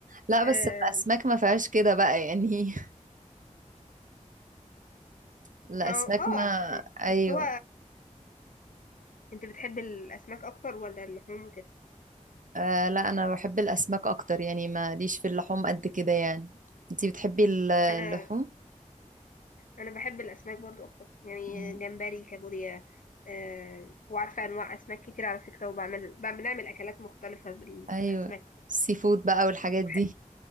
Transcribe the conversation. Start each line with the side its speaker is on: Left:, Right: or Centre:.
Right: لا بس
Left: آه
Right: الاسماك ما فيهاش كده بقى يعني <laughs> الاسماك
Left: ما هو اه
Right: ما ايوه
Left: بس هو انت بتحب الاسماك اكتر ولا اللحوم وكده
Right: آه لا انا بحب الاسماك اكتر يعني ما ليش في اللحوم قد كده يعني انتي بتحبي ال- اللحوم
Left: انا انا بحب الاسماك برضو اكتر يعني
Right: مم.
Left: جمبري كابوريا آه وعارفه انواع اسماك كتير على فكره وبعمل بعمل- بنعمل اكلات مختلفه بالاسماك
Right: ايوه
Left: كده.
Right: السي فود بقى والحاجات
Left: وبحب
Right: دي